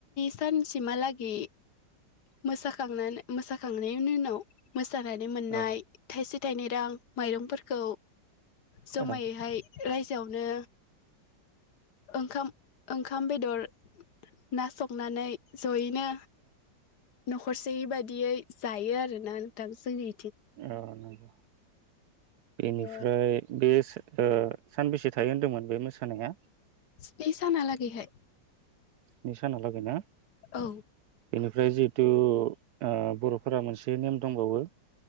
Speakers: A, on the left (about 65°); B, on the right (about 70°).
A: सानसिमाहालागि मोसाखांनानै मोसा खांनायनि उनाव मो मोसानानै मोननाय
B: औ
A: थाइसे थायनै रां माइरंफोरखौ
B: औ
A: जमायैहाय
B: औ
A: रायजोआवनो ओंखाम ओंखाम बेदर ना संनानै जयैनो। न'खरसेयै बायदियै जायो आरोना नोंथां जोंनि
B: औ नंगौ बेनिफ्राय
A: ओ
B: बे सो ओ सानबेसे थायो होन्दोंमोन बे मोसानाया
A: स्नि सानालागैहाय
B: स्नि सानालागै ना।
A: औ
B: बेनिफ्राय जि <inaudible> ओ बर'फोरा मोनसे नेम दंबावो